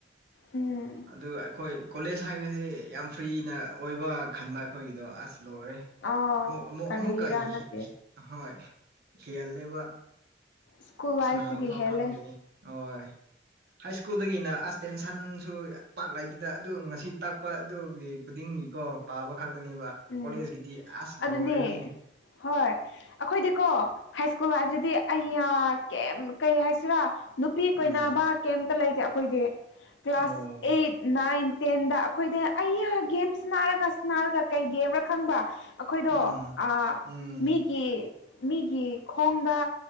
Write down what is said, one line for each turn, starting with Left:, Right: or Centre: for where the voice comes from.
Left: ꯎꯝ
Right: ꯑꯗꯨ ꯑꯩꯈꯣꯏ ꯀꯣꯂꯦꯖ ꯍꯥꯏꯕꯁꯤ ꯌꯥꯝ ꯐ꯭ꯔꯤꯅ ꯑꯣꯏꯕ ꯈꯟꯕ ꯑꯩꯈꯣꯏꯒꯤꯗꯣ ꯑꯁ ꯂꯣꯏꯔꯦ
Left: ꯑꯥꯎ
Right: ꯑꯃꯨꯛ ꯑꯃꯨꯛ
Left: ꯀꯔꯤꯔꯥ
Right: ꯑꯃꯨꯛꯀꯥ ꯍꯤ
Left: ꯅꯠꯇꯦ
Right: ꯍꯤ ꯍꯤ ꯍꯣꯏ ꯍꯦꯜꯂꯤꯕ
Left: ꯁ꯭ꯀꯨꯜ ꯂꯥꯏꯐꯇꯒꯤ
Right: ꯁꯅꯥꯕ ꯐꯥꯎ
Left: ꯍꯦꯜꯂꯦ
Right: ꯐꯪꯗꯦ ꯑꯣꯏ ꯍꯥꯏ ꯁ꯭ꯀꯨꯜꯗꯒꯤꯅ ꯑꯁ ꯇꯦꯟꯁꯟꯁꯨ ꯄꯥꯛ ꯂꯩ ꯑꯁꯤꯗ ꯑꯗꯨ ꯉꯁꯤ ꯇꯥꯛꯄ ꯑꯗꯨꯒꯤ ꯈꯨꯗꯤꯡꯒꯤꯀꯣ ꯄꯥꯕ ꯈꯛꯇꯅꯦꯕ
Left: ꯎꯝ
Right: ꯀꯣꯂꯦꯖ ꯒꯤꯗꯤ ꯑꯁ
Left: ꯑꯗꯨꯅꯦ
Right: ꯂꯣꯏꯔꯦꯍꯦ
Left: ꯍꯣꯏ ꯑꯈꯣꯏꯗꯤꯀꯣ ꯁ꯭ꯀꯨꯜ ꯂꯥꯏꯐꯁꯤꯗꯤ ꯑꯩꯌꯥ ꯀꯩꯝ ꯀꯩ ꯍꯥꯏꯁꯤꯔꯥ ꯅꯨꯄꯤ ꯀꯣꯏꯅꯕ
Right: ꯎꯝ
Left: ꯀꯦꯝꯇ ꯂꯩꯇꯦ ꯑꯈꯣꯏꯗꯤ ꯀ꯭ꯂꯥꯁ
Right: ꯑꯣ
Left: ꯑꯩꯠ ꯅꯥꯏꯟ ꯇꯦꯟꯗ ꯑꯈꯣꯏꯗꯤ ꯑꯩꯌꯥ ꯒꯦꯝ ꯁꯅꯥꯔꯒ ꯁꯅꯥꯔꯒ ꯀꯩ ꯒꯦꯝꯔ ꯈꯪꯕ ꯑꯈꯣꯏꯗꯣ
Right: ꯎꯝ
Left: ꯑꯥ
Right: ꯎꯝ
Left: ꯃꯤꯒꯤ ꯃꯤꯒꯤ ꯈꯣꯡꯗ